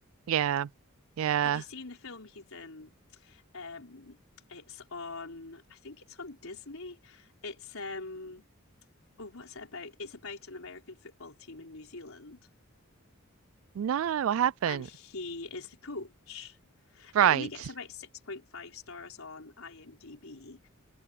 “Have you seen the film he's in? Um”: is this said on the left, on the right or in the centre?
Left